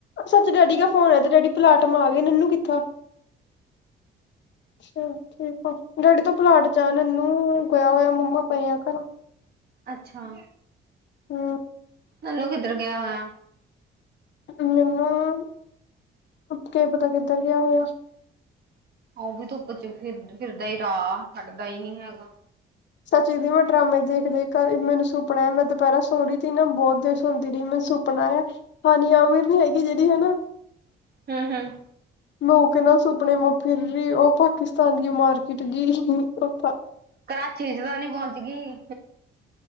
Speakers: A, on the left; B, on the right.
A: ਸੱਚ ਡੈਡੀ ਕ ਫੋਨ ਆਯਾ ਤੇ ਡੈਡੀ ਪਲਾਟਮ ਆ ਗਏ ਨਨੂੰ ਕਿੱਥੇ ਆ। ਠੀਕ ਆ ਡੈਡੀ ਤੋਂ ਪਲਾਟ ਜਾ ਨਨੂੰ ਗਿਆ ਹੋਇਆ ਮੰਮਾ ਪਏ ਆ ਘਰ।
B: ਅੱਛਾ।
A: ਹਮ
B: ਨਾਨੂੰ ਕਿੱਧਰ ਗਿਆ ਹੋਇਆ?
A: ਮੈਨੂੰ, ਕੀ ਪਤਾ ਕਿੱਧਰ ਗਿਆ ਹੋਇਆ।
B: ਉਹ ਵੀ ਧੁੱਪ ਚ' ਫਿਰ ਫਿਰਦਾ ਹੀ ਰਾਹ ਡਦਾ ਹੀ ਨੀ ਹੈਗਾ।
A: ਸੱਚੀ ਦੀ ਮੈਂ ਡਰਾਮੇ ਦੇਖ-ਦੇਖ ਮੈਨੂੰ ਸੁਪਨਾ ਮੈਂ ਦੁਪਹਿਰਾ ਸੋਹਰੀ ਤੇ ਹੀ ਨਾ ਬਹੁਤ ਦੁਸ਼ ਹੁੰਦੀ ਰਹੀ ਮੈ ਸੁ ਆਪਣਾ, ਹੈ ਹਾਨੀ ਅਮੀਰ ਨੀ ਹੈਗੀ ਜਿਹੜੀ ਹਨਾ।
B: ਹਮ-ਹਮ।
A: ਲੋਕ ਕੇ ਨਾਲ ਸੁਪਨੇ ਮ ਫਿਰ ਉਹ ਪਾਕਿਸਤਾਨ ਦੀ ਮਾਰਕੀਟ ਗ ਥ
B: ਕਰਾਚੀ 'ਚ ਤਾਂ ਨੀ ਪਹੁੰਚ ਗਈ।